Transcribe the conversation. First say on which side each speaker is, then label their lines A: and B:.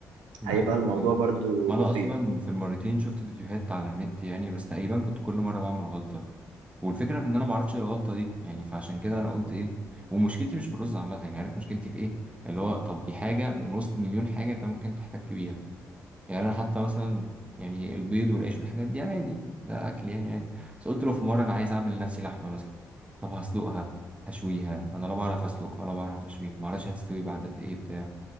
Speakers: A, on the right; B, on the right.
A: معاك
B: هيبقى الموضوع
A: اه
B: برضو
A: ما
B: بسيط
A: انا اصلا في المرتين شفت فيديوهات على النت يعني بس تقريبا كنت كل مره بعمل غلطه والفكره في ان انا ما اعرفش ايه الغلطه دي يعني فعشان كده انا قلت ايه ومشكلتي مش في الرز عامه يعني عارف مشكلتي في ايه اللي هو طب دي حاجه من وسط مليون حاجه انت ممكن تحتك بيها يعني انا حتى مثلا يعني البيض والعيش والحاجات دي عادي ده اكل يعني عادي بس قلت لو في مره انا عايز اعمل لنفسي لحمه مثلا طب هسلقها هشويها انا لا بعرف اسلق ولا بعرف اشوي ما اعرفش هتستوي بعد قد ايه بتاع